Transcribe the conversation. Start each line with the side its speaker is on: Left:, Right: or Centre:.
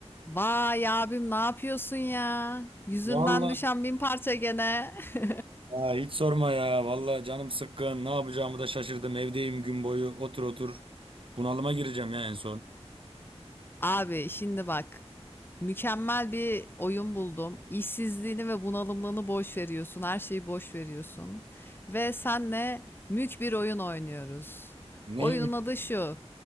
Left: Vay abim ne yapıyorsun ya? Yüzünden
Right: Vallahi
Left: düşen bin parça gene. <laughs>
Right: ya hiç sorma ya. Vallahi canım sıkkın. Ne yapacağımı da şaşırdım. Evdeyim gün boyu. Otur otur. Bunalıma gireceğim ya en son.
Left: Abi şimdi bak. Mükemmel bir oyun buldum. İşsizliğini ve bunalımlığını boş veriyorsun. Her şeyi boş veriyorsun. Ve senle mük bir oyun oynuyoruz.
Right: Neymiş?
Left: Oyunun adı şu.